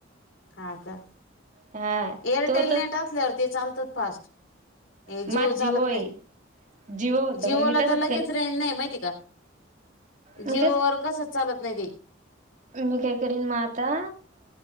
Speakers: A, on the left (about 80°); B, on the right (about 40°).
A: हा का
B: हा
A: एअरटेल
B: तो तच
A: नेट असल्यावर ते चालतात फास्ट. हे
B: माझ
A: जिओ चालत
B: आहे
A: नाही
B: जिओ होत मग
A: जिओला
B: मी तसच
A: तर लगेच
B: करेन
A: रेंज नाही माहिती का.
B: मग
A: जिओ वर कसच चालत नाही ते.
B: मीककरन माता.